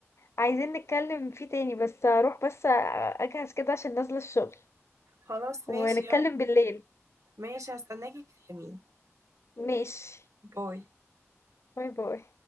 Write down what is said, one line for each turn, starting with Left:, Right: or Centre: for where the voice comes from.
Left: عايزين نتكلم فيه تاني بس اروح بس اجهز كده عشان نازله الشغل
Right: خلاص
Left: ونتكلم
Right: ماشي يلا
Left: بالليل
Right: ماشي هستناكي تكلميني
Left: ماشي
Right: باي
Left: باي باي